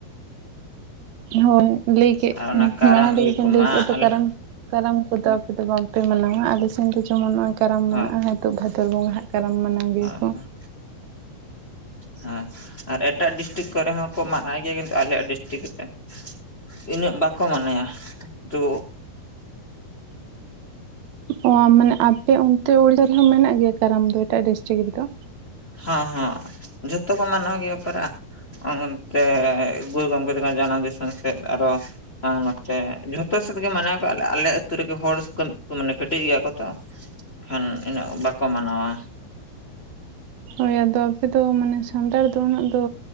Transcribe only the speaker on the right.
ᱦᱳᱭ ᱞᱟᱹᱭ ᱠᱮᱫ
ᱢᱟᱲᱟᱝ ᱨᱮᱚ
ᱵᱮᱱ
ᱞᱟᱹᱭ ᱠᱮᱫᱼᱟ ᱛᱚ
ᱠᱟᱨᱚᱱ ᱠᱟᱨᱟᱢ ᱠᱚᱫᱚ ᱟᱯᱮ ᱫᱚ ᱵᱟᱝᱯᱮ ᱢᱟᱱᱟᱣᱟ ᱟᱞᱮ ᱥᱮᱱ ᱫᱚ ᱡᱮᱢᱚᱱ ᱱᱚᱜ-ᱚᱭ ᱠᱟᱨᱟᱢ ᱢᱮᱱᱟᱜᱼᱟ
ᱱᱤᱛᱳᱜ ᱵᱷᱟᱫᱚᱨ ᱵᱚᱸᱜᱟ ᱦᱟᱜ ᱠᱟᱨᱟᱢ ᱢᱟᱱᱟᱣ ᱜᱮᱭᱟ
ᱠᱚ
ᱚ ᱢᱟᱱᱮ ᱟᱯᱮ ᱚᱱᱛᱮ ᱩᱲᱤᱥᱟ ᱨᱮᱦᱚᱸ ᱢᱮᱱᱟᱜ ᱜᱮᱭᱟ ᱠᱟᱨᱟᱢ ᱫᱚ ᱮᱴᱟᱜ ᱰᱤᱥᱴᱤᱠ ᱨᱮᱫᱚ
ᱦᱳᱭ ᱟᱫᱚ ᱟᱯᱮ ᱫᱚ ᱢᱟᱱᱮ ᱥᱟᱱᱛᱟᱲ ᱫᱚ ᱩᱱᱟᱹᱜ ᱫᱚ